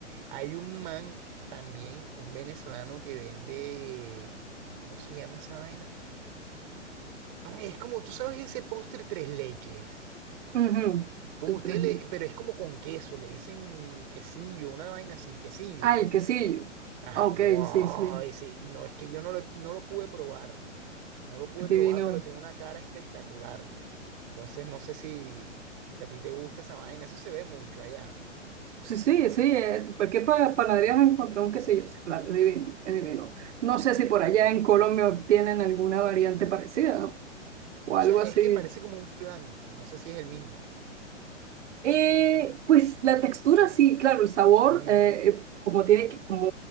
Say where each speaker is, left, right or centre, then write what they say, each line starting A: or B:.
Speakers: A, on the right (about 45°); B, on the right (about 70°).
A: Hay un man también, un venezolano que vende, ¿cómo se llama esa vaina? Ah, es como, tú sabes ese postre tres leches,
B: Ujú,
A: como
B: El
A: usted
B: tres
A: le,
B: leches.
A: pero es como con queso, le dicen quesillo, una vaina así, quesillo.
B: Ah, el quesillo.
A: Ajá,
B: Ah, ok,
A: wow,
B: sí, sí.
A: ese- no, es que yo no lo, no lo pude probar, no lo pude
B: Adivino.
A: probar, pero tiene una cara espectacular. Entonces no sé si, si a ti te gusta esa vaina, eso se ve mucho allá.
B: Sí, sí, sí, eh, cualquier pa- panadería vas a encontrar un quesillo, sí, claro, es divino, es divino. No sé si por allá en Colombia tienen alguna variante parecida o
A: O
B: algo
A: sea, es
B: así.
A: que parece como un flan, no sé si es el mismo,
B: Eh, pues la textura sí, claro, el sabor,
A: Ujú,
B: eh, eh, como tiene que- como